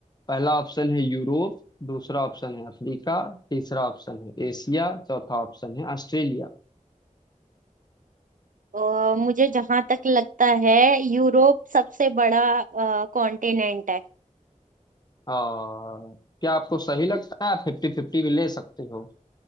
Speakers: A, on the left; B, on the right.
A: पहला ऑप्शन है यूरोप दूसरा ऑप्शन है अफ्रीका तीसरा ऑप्शन है एशिया चौथा ऑप्शन है ऑस्ट्रेलिया
B: अ, मुझे जहां तक लगता है यूरोप सबसे बड़ा कॉन्टिनेंट है
A: और क्या आपको सही लगता है आप फिफ्टी फिफ्टी भी ले सकते हो